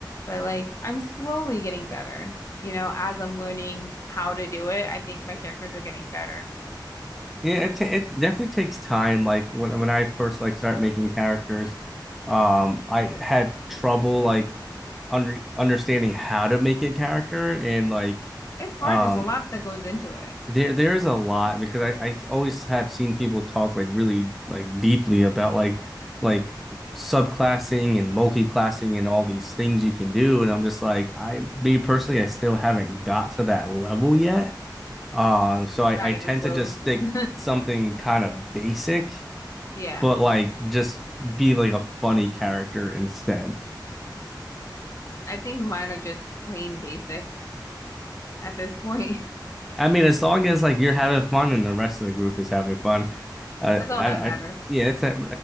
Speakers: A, on the left; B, in the centre.
A: But like I'm slowly getting better, you know, as I'm learning how to do it. I think my characters are getting better.
B: Yeah, it ta it definitely takes time. Like when when I first like started making characters, um, I had trouble like under understanding how to make a character and like
A: It's hard.
B: um
A: There's a lot that goes into it.
B: there there is a lot because I I always have seen people talk like really like deeply about like like subclassing and multi-classing and all these things you can do and I'm just like I me personally I still haven't got to that level yet. Uh, so
A: I'm
B: I
A: not
B: I
A: even
B: tend
A: close.
B: to just stick
A: <laughs>
B: something kind of basic
A: Yeah.
B: but like just be like a funny character instead.
A: I think mine are just plain basic at this point.
B: I mean, as long as like you're having fun and the rest of the group is having fun,
A: <laughs>
B: uh,
A: That's all
B: I,
A: that matters.
B: I yeah, it's that,